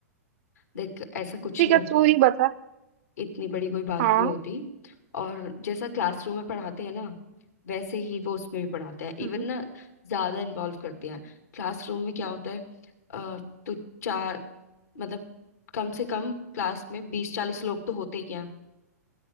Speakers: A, on the left; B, on the right.
A: देख ऐसा कुछ
B: ठीक
A: नहीं
B: है
A: होता
B: तू ही बता
A: इतनी बड़ी कोई बात
B: हाँ
A: नहीं होती और जैसा क्लासरूम में पढ़ाते हैं ना वैसे ही वो उसमें भी पढ़ाते हैं
B: हम्म
A: इवन ना ज्यादा इन्वॉल्व करते हैं क्लासरूम में क्या होता है अ, तो चार मतलब कम से कम क्लास में बीस चालीस लोग तो होते ही हैं